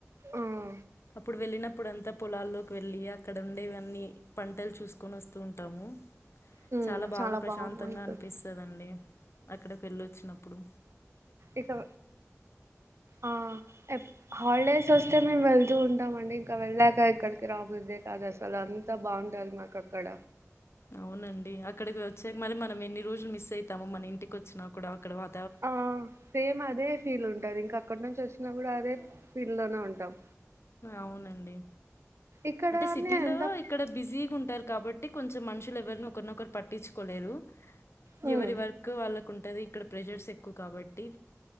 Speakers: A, on the right; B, on the left.
A: ఆ
B: అప్పుడు వెళ్ళిన ప్పుడు అంతా పొలాల్లోకి వెళ్ళి అక్కడ ఉండేవన్నీ పంటలు చూసుకొని వస్తూ ఉంటాము
A: హ్మ్
B: చాలా బాగా ప్రశాంతంగా
A: బాగుంటది
B: అనిపిస్తదండి అక్కడ పెళ్ళి వచ్చినప్పుడు
A: ఇటు ఆ ఎప్ హాలిడేస్ వస్తే మేము వెళ్తూ ఉంటామ అండి ఇంకా వెళ్ళాక ఇక్కడికి రాబుద్దె కాదు అసలు అంతా బాగుంటది మాకు అక్కడ
B: అవునండి అక్కడికి వచ్చాక మరి మనం ఎన్ని రోజులు మిస్ అయితామో మన ఇంటికి వచ్చినా కూడా అక్కడ వా
A: ఆ సేమ్ అదే ఫీల్ ఉంటది ఇంకా అక్కడ నుంచి వచ్చినా కూడా అదే ఫీల్ లోనే ఉంటాం
B: అవునండి
A: ఇక్కడనే
B: అంటే సిటీలో
A: ఎంత
B: ఇక్కడ బిజీగా ఉంటారు కాబట్టి అే కొంచెం మనుషులు ఎవరిని ఒకరినొ ఒకరు పట్టించుకోలేరు
A: హ్మ్
B: ఎవరి వర్క్ వాళ్ళకు ఉంటుంది ఇక్కడ ప్రెషర్స్ ఎక్కువ కాబట్టి